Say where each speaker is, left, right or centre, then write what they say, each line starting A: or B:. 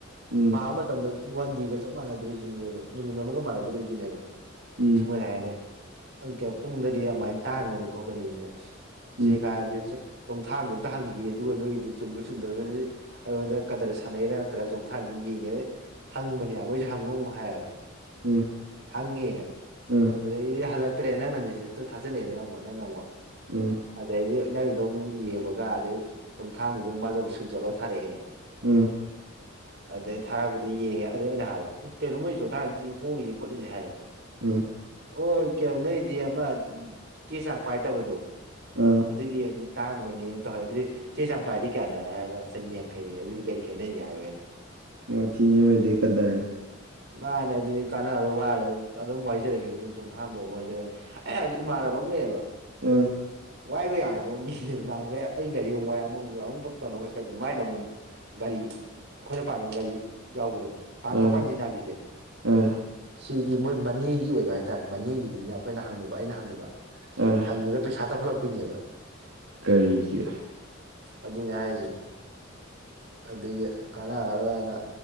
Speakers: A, on the right; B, on the right.
A: ꯎꯝ
B: ꯄꯥꯕ ꯃꯇꯝꯗ ꯋꯥꯟ ꯗꯦꯒ ꯆꯞ ꯃꯥꯟꯅꯗꯣꯔꯤꯁꯤꯅꯦꯕ ꯅꯨꯃꯤꯠ ꯑꯃꯒ ꯃꯥꯟꯅꯗꯣꯔꯤꯁꯤꯅꯦꯕ
A: ꯎꯝ
B: ꯑꯁ ꯃꯣꯏꯅ ꯍꯥꯏꯔꯤꯅꯦ ꯄꯨꯡꯗꯗꯤ ꯑꯗꯨꯃꯥꯏꯅ ꯇꯥꯡꯕꯅꯤ ꯈꯣꯠꯄꯅꯤ
A: ꯎꯝ
B: ꯁꯤ ꯀꯥꯟꯔꯗꯤ ꯆꯣꯡꯊꯥꯡꯗꯤ ꯑꯝꯇ ꯍꯪꯈꯤ ꯑꯗꯨꯒ ꯅꯣꯏꯒꯤꯗꯨ ꯆꯨꯝꯕ ꯆꯨꯝꯗꯕꯅ ꯑꯩꯉꯣꯟꯗ ꯀꯗꯔ ꯁꯥꯟꯅꯩꯔꯥ ꯅꯠꯇ꯭ꯔꯒ ꯆꯣꯡꯊꯥꯡ ꯌꯦꯡꯉꯦ ꯍꯪꯕꯅꯦꯕ ꯃꯣꯏꯁꯨ ꯍꯪꯉꯧ ꯍꯥꯏꯌꯦꯕ
A: ꯎꯝ
B: ꯍꯪꯉꯦ
A: ꯑ
B: ꯑꯗꯨꯗꯩꯗꯤ ꯍꯜꯂꯛꯇ꯭ꯔꯦ ꯅꯪꯅ ꯃꯦꯁꯦꯁ ꯊꯥꯖꯤꯜꯂꯛꯑꯦꯅ ꯑꯃꯨꯛ ꯅꯪꯅ ꯑꯃꯨꯛ
A: ꯎꯝ
B: ꯑꯗꯩꯗꯤ ꯅꯪꯒꯤꯗꯣ ꯑꯃꯨꯛ ꯌꯦꯡꯉꯒ ꯑꯗꯩ ꯆꯣꯡꯊꯥꯡꯒꯤꯗ ꯃꯥꯁꯨ ꯑꯃꯨꯛ ꯁꯀ꯭ꯔꯤꯟꯁꯣꯠ ꯂꯧꯔ ꯊꯥꯔꯛꯑꯦ
A: ꯎꯝ
B: ꯑꯗꯩ ꯊꯥꯔꯛꯄꯗ ꯌꯦꯡꯉꯦ ꯑꯗꯩ ꯑꯩꯅ ꯍꯥꯏꯕ ꯀꯩꯅꯣ ꯃꯣꯏ ꯆꯣꯡꯊꯥꯛꯁꯤ ꯍꯣꯡꯉꯁꯤꯦ ꯈꯣꯠꯂꯤꯁꯦ ꯍꯥꯏꯔꯦꯀꯣ
A: ꯎꯝ
B: ꯑꯣ ꯀꯩꯅꯣ ꯅꯣꯏꯗꯤ ꯑꯃ ꯆꯦ ꯆꯥꯡ ꯄꯥꯏꯗꯕꯗꯣ
A: ꯑꯥ
B: ꯑꯗꯨꯒꯤ ꯇꯥꯡꯕꯅꯤ ꯑꯃ ꯇꯧꯍꯜꯂꯦ ꯑꯗꯨꯗꯤ ꯆꯦ ꯆꯥꯡꯐꯥꯏꯗꯤ ꯀꯌꯥꯅꯣ ꯍꯥꯏꯔꯒ ꯆꯅꯤ ꯌꯥꯡꯈꯩ ꯑꯗꯨꯗꯤ ꯀꯩ ꯈꯦꯠꯅꯩꯒꯦ ꯍꯥꯏꯕꯣꯏꯅ
A: ꯃ ꯊꯅꯦ ꯃꯗꯗꯥ ꯍꯥꯏꯅ
B: ꯃꯥꯅꯦ ꯑꯗꯨꯗꯤ ꯀꯥꯟꯅꯔ ꯋꯥꯔ ꯑꯗꯨꯝ ꯋꯥꯏꯖꯔꯒꯦ ꯆꯣꯡꯊꯥꯝꯗ ꯑꯗꯨꯝ ꯋꯥꯏꯖꯔꯒꯦ ꯑꯩ ꯍꯥꯏꯗꯤ ꯏꯃꯥꯟꯅꯕ ꯑꯃ ꯂꯩꯌꯦꯕ
A: ꯑ
B: ꯋꯥꯏꯕ ꯌꯥꯒꯗꯕ ꯃꯤꯅꯦꯕ ꯅꯍꯥꯟꯒꯩ ꯑꯩꯒ ꯑꯌꯡ ꯋꯥꯏ ꯑꯃ ꯑꯃꯨꯛ ꯇꯧꯔꯒ ꯑꯗꯨ ꯃꯥꯏꯅ ꯑꯃꯨꯛ ꯒꯥꯔꯤ ꯑꯩꯈꯣꯏꯅ ꯄꯥꯝꯃꯤꯕ ꯒꯥꯔꯤ ꯌꯥꯎꯕꯁꯦ ꯄꯟꯊꯣꯛ
A: ꯑ
B: ꯄꯟꯖꯤꯟ ꯌꯥꯕꯤꯁꯦ
A: ꯑ
B: ꯁꯤꯗꯤ ꯃꯣꯏ ꯃꯅꯦꯒꯤ ꯑꯣꯏꯕ ꯍꯥꯏꯇꯥꯔꯦ ꯃꯅꯦꯒꯤꯅꯤꯅ ꯑꯩꯈꯣꯏꯅ ꯍꯪꯉꯨꯕ ꯑꯩꯅ ꯍꯪꯉꯨꯕ
A: ꯑ
B: ꯍꯪꯕꯗ ꯄꯩꯁꯥ ꯇꯧꯈꯠꯂꯛꯄꯤꯅꯦꯕ
A: ꯀꯔꯤꯒꯤ
B: ꯑꯗꯨꯅꯦ ꯍꯥꯏꯔꯤꯁꯦ ꯑꯗꯨꯗꯒꯤ ꯀꯥꯟꯅꯔꯔꯣꯏ ꯍꯥꯏꯅ